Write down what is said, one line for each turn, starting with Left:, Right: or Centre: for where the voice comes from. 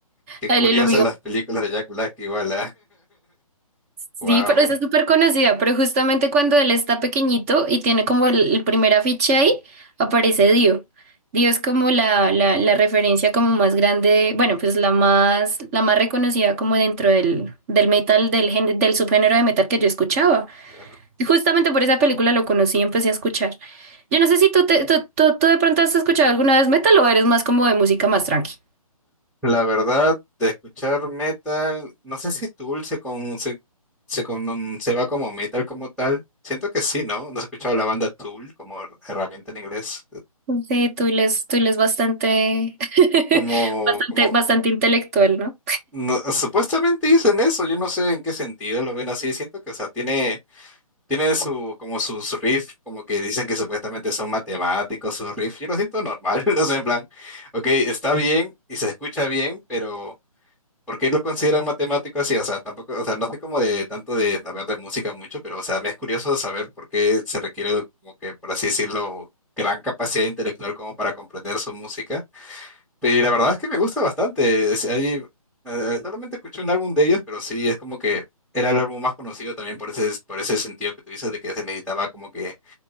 Centre: Qué
Right: A
Centre: curiosas
Right: él y lo
Centre: las películas de Jack Black igual.
Right: Sí,
Centre: Wow.
Right: pero esa es súper conocida, pero justamente cuando él está pequeñito y tiene como el, el primer
Centre: <laughs>
Right: afiche ahí, aparece Dio. Dio es como la, la, la referencia como más grande, bueno, pues la más, la más reconocida como dentro del, del metal, del, gen- del subgénero de metal que yo escuchaba.
Centre: Claro.
Right: Y justamente por esa película lo conocí y empecé a escuchar. Yo no sé si tú, te- tú, tú, tú de pronto has escuchado alguna vez metal o eres más como de música más tranqui.
Centre: La verdad, de escuchar metal, no sé si Tool se, con, se, se, con- se va como metal como tal. Siento que sí, ¿no? No he escuchado la banda Tool como her- herramienta en inglés.
Right: Sí, tú les, tú les bastante, <laughs>
Centre: Como,
Right: bastante,
Centre: como,
Right: bastante intelectual, ¿no?
Centre: no, supuestamente dicen eso, yo no sé en qué sentido lo ven así. Siento que, o sea, tiene Tiene su, como sus riff, como que dicen que supuestamente son matemáticos sus riff. Yo lo siento normal, <laughs> no sé, en plan, ok, está bien y se escucha bien, pero ¿por qué lo consideran matemático así? O sea, tampoco, o sea, no sé como de tanto de saber de música mucho, pero o sea, me es curioso saber por qué se requiere como que, por así decirlo, gran capacidad intelectual como para comprender su música. Y la verdad es que me gusta bastante. Es- hay- eh, eh, solamente escuché un álbum de ellos, pero sí, es como que era el álbum más conocido también por ese, por ese sentido que tú dices de que se necesitaba como que,